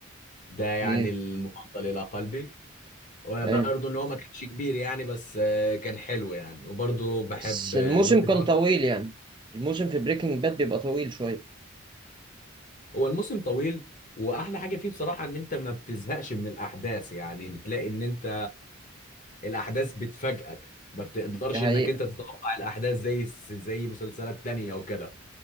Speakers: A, on the left (about 40°); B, on the right (about 20°).
A: ده يعني
B: اوكي
A: المفضل إلى قلبي وبرضو
B: حلو
A: إن هو ما كانش كبير يعني بس آه، كان حلو يعني وبرضو بحب
B: بس
A: لوسيفر
B: الموسم كان طويل يعني الموسم في بريكنج باد بيبقى طويل شوية
A: هو الموسم طويل وأحلى حاجة فيه بصراحة إن أنت ما بتزهقش من الأحداث يعني بتلاقي إن أنت الاحداث بتفاجئك ما بتقدرش
B: ده حقيقة
A: انك انت تتوقع الاحداث زي زي مسلسلات تانية او كده